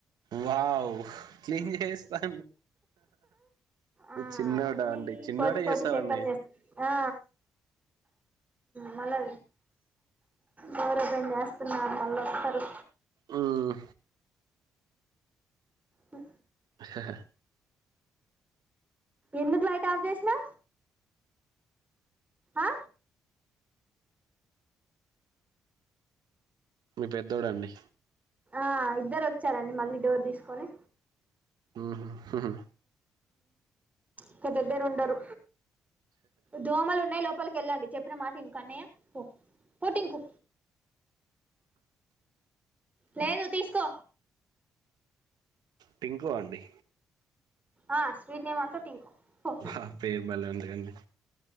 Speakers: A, on the right; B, on the right.
A: వావ్ క్లీన్ చేస్తా
B: ఆ
A: చిన్నోడ
B: అన్ని
A: అండి చిన్నోడే
B: కోతి కోతి
A: చేస్తారండి
B: శేఖలు చేస్త ఆ మళ్ళా వేరే పని చేస్తున్నారు మళ్ళా వస్తారు
A: హ్మ్మ్
B: హూ
A: హ
B: ఎందుకు లైట్ ఆఫ్ చేసినా ఆ
A: మీ పెద్దోడు అండి
B: ఆ ఇద్దరు వచ్చారండి మళ్ళీ డోర్ తీసుకొని
A: ఆాఉహూ
B: ఒక దగ్గర ఉండరు దోమలు ఉన్నాయి లోపలికి వెళ్ళండి చెప్పిన మాట ఇం క అన్నయ్య పో పోటి ఇం కు లేదు తీసుకో
A: పింకో అండి
B: ఆ స్వీట్ నేమ్ అంత టింకు పో
A: ఆ పేరు బలే ఉంది అండి